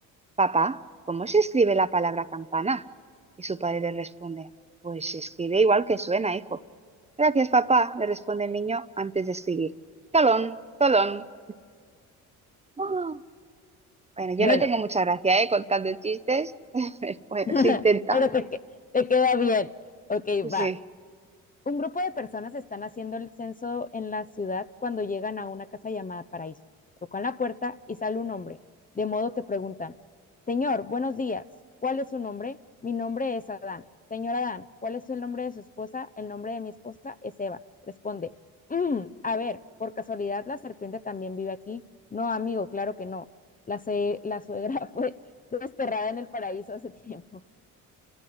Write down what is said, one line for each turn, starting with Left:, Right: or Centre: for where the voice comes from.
Right: Papá, ¿cómo se escribe la palabra campana? Y su padre le responde, Pues se escribe igual que suena, hijo. Gracias, papá, le responde el niño antes de escribir. Tolón, tolón. Ah. Bueno, yo
Left: bueno,
Right: no tengo mucha gracia, ¿eh? Contando chistes. <laughs> Bueno,
Left: <laughs>
Right: se intenta.
Left: pero te, que- te queda bien. Ok,
Right: Pues
Left: va.
Right: sí.
Left: Un grupo de personas están haciendo el censo en la ciudad cuando llegan a una casa llamada Paraíso. Tocan la puerta y sale un hombre, de modo que preguntan, Señor, buenos días, ¿cuál es su nombre? Mi nombre es Adán. Señor Adán, ¿cuál es el nombre de su esposa? El nombre de mi esposa es Eva. Responde, mmm, a ver, por casualidad la serpiente también vive aquí. No, amigo, claro que no. La, se- la suegra <laughs> fue desterrada en el paraíso hace tiempo. <laughs>